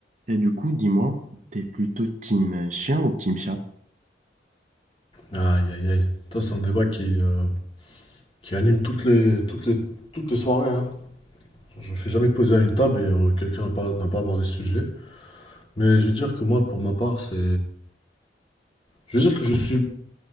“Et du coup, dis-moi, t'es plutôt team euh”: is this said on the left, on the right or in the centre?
Right